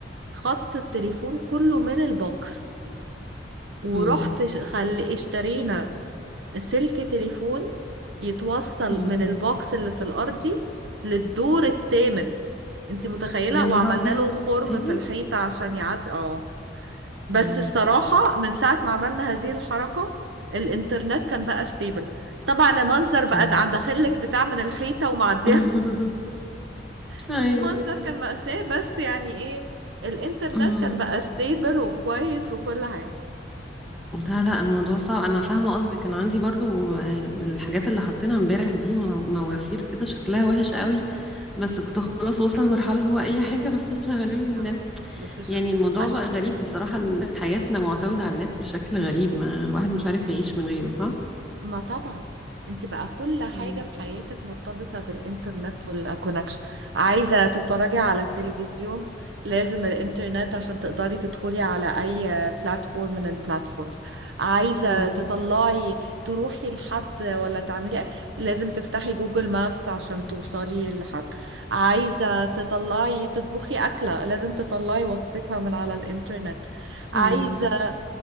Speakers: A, on the right; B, in the centre.
A: خط التليفون كله من البوكس ورحت
B: مم.
A: ش- خل... اشترينا سلك تليفون يتوصل
B: مم.
A: من البوكس اللي في الأرضي للدور الثامن انت متخيلة
B: يا نهار
A: وعملنا
B: أبيض
A: له خرم
B: التامن
A: في الحيطة عشان يعدي اه بس
B: مم.
A: الصراحة من ساعة ما عملنا هذه الحركة الإنترنت كان بقى ستيبل طبعا المنظر بقى
B: مم.
A: ده عند داخلك بتاع من الحيطة ومعديها
B: <laughs>
A: <laughs>
B: أيوه
A: منظر كان مأساة بس يعني ايه الإنترنت
B: مم.
A: كان بقى ستيبل وكويس وكل حاجة
B: لا لا الموضوع صعب أنا فاهمة قصدك كان عندي برضو م- الحاجات اللي حطينا امبارح دي مو- مواسير كده شكلها وحش قوي بس كنت خلاص واصلة لمرحلة اللي هو أي حاجة بس شغلوا لي النت
A: اه بس عشان
B: يعني الموضوع
A: عشان
B: بقى غريب بصراحة إن حياتنا معتمدة على النت بشكل غريب ما الواحد مش عارف يعيش من غيره صح؟
A: ما طبعا انت بقى كل حاجة
B: مم.
A: في حياتك مرتبطة بالانترنت والكونكشن عايزة تتفرجي على التلفزيون لازم الانترنت عشان تقدري تدخلي على اي بلاتفورم من البلاتفورمز عايزة
B: مم.
A: تطلعي تروحي لحد ولا تعملي لازم تفتحي جوجل مابس عشان توصلي لحد عايزة تطلعي تطبخي أكلة لازم تطلعي وصفتها من على الانترنت عايزة
B: أيوه